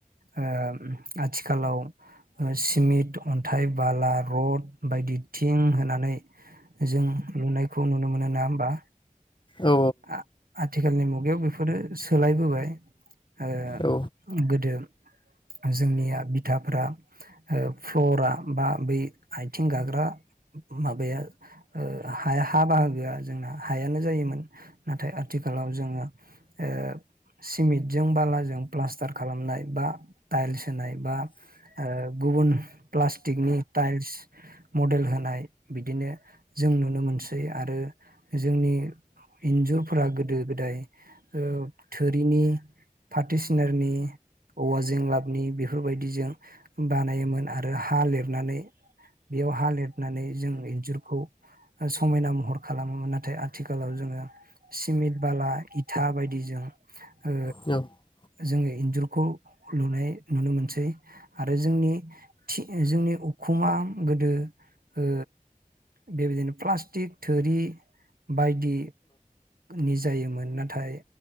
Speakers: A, on the right; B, on the left.
A: ओम आथिखालाव ओ सिमेन्ट अन्थाइ बाला रड बायदि थिं होनानै जों लुनायखौ नुनो मोनो। नङा होमबा?
B: औ
A: आ आथिखालनि मु गायाव बेफोरो सोलायबोबाय ओ
B: औ
A: गोदो जोंनिया बिथाफ्रा फ्लरा बा बै आथिं गाग्रा माबाया ओ हा बाहागो आ जोंना हायानो जायोमोन नाथाय आथिखालाव जोङो ओ सिमेट जों बाला जों प्लास्टार खालामनाय बा टाइलस होनाय बा ओ गुबुन प्लास्टिकनि टाइल्स मडेल होनाय बिदिनो जों नुनो मोनसै आरो जोंनि इन्जुरफोरा गोदो गोदाय ओ थोरिनि फाथ सिनानि औवा जेंलाबनि बेफोरबायदिजों बानायोमोन आरो हा लिरनानै बेयाव हा लिरनानै जों इन्जुरखौ समायना महर खालामोमोन नाथाय आथि खालाव जोङो सिमेन्ट बाला इथा बायदिजों ओ
B: औ
A: जोङो इन्जुरखौ लुनाय नुनो मोनसै आरो जोंनि जोंनि उखुमा गोदो ओ बेबायदिनो प्लास्टिक थोरि बायदि नि जायोमोन नाथाय